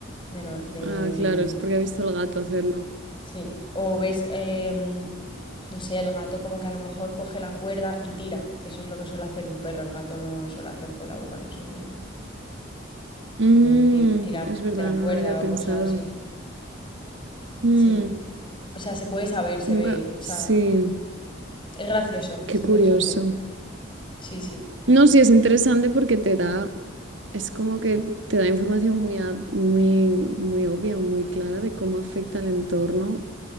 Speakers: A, on the left; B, on the right.
A: De, no- de-
B: Ah, claro, es porque ha visto al gato hacerlo.
A: Sí. O ves, em, no sé, el gato como que a lo mejor coge la cuerda y tira. Que eso es lo que suele hacer un perro. El gato no suele hacer con la boca, no suele
B: Mm,
A: como ti- tirar
B: es verdad,
A: de la
B: no
A: cuerda
B: lo había pensado.
A: o cosas así.
B: Mm,
A: Sí. O sea, se puede saber, se
B: nunca.
A: ve. ¿eh?
B: Sí,
A: O sea, es gracioso, es
B: qué curioso.
A: interesante. Sí, sí.
B: No, sí, es interesante porque te da. Es como que te da información muy, ab- muy, muy obvia, muy clara de cómo afecta el entorno